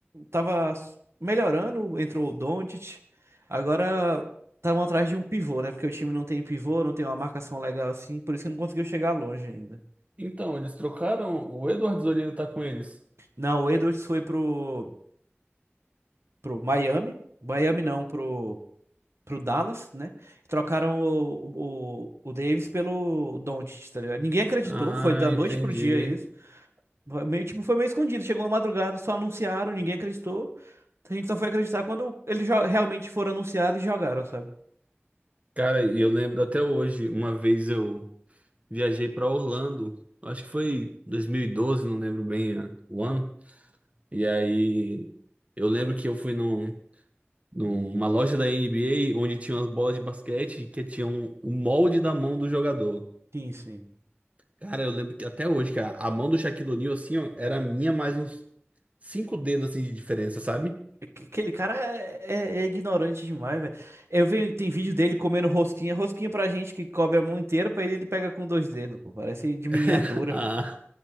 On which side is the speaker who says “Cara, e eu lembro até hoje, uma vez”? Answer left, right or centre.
Right